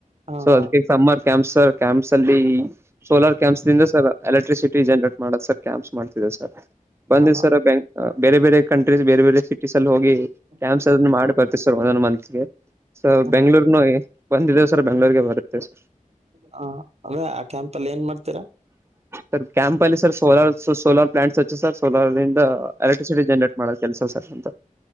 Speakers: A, on the right; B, on the right.
A: ಹಾ
B: ಸೊ
A: ಹಾ
B: ಅದಕ್ಕೆ ಸಮ್ಮರ್. ಕ್ಯಾಂಪ್ಸ್ ಸರ್ ಕ್ಯಾಂಪ್ಸ್ ಅಲ್ಲಿ ಸೋಲಾರ್ ಕ್ಯಾಂಪ್ಸ್ ದಿಂದ ಸರ್ ಎಲೆಕ್ಟ್ರಿಸಿಟಿ ಜನ್ರೇಟ್ ಮಾಡದ ಸರ್. ಕ್ಯಾಂಪ್ಸ್ ಮಾಡ್ತಿರ ಸರ್ ಬಂದ್
A: ಹಾ ಹಾ
B: ಸರ್ ಬೇರೆ ಬೇರೆ ಕಂಟ್ರೀಸ್ ಬೇರೆ ಬೇರೆ ಸಿಟೀಸ್ ಅಲ್ಲಿ ಹೋಗ. ಗಿ
A: ಹ
B: ಕ್ಯಾಂಪ್ಸ್ ಅದ ಮಾಡಿ ಬರ್ತವಿ ಸರ್ ಒಂದೊಂದ್ ಮಂತ್ಗೆ ಸ
A: ಹಾ
B: ಬೆಂಗಗಳೂರ್ ನು ಬಂದಿದ್ದೇವ ಸರ್. ಬೆಂಗ್ಳೂರ್ಗೆ ಬರುತ್ತೆ ಸರ್
A: ಹ ಅದ ಕ್ಯಾಂಪ್. ಅಲ್ಲಿ ಏನ್ ಮಾಡ್ತೀರಾ
B: ಸರ್ ಕ್ಯಾಂಪ್ ಅಲ್ಲಿ ಸರ್ ಸೋಲಾರ್ ಸ ಸೋಲಾರ್ ಪ್ಲಾಂಟ್ಸ್ ಹಚ ಸರ್ ಸೋಲಾರ್. <unintelligible> ಎಲೆಕ್ಟ್ರಿಸಿಟಿ ಜನರೇಟ್ ಮಾಡದು ಕೆಲ್ಸ ಸರ್ ನಮ್ದು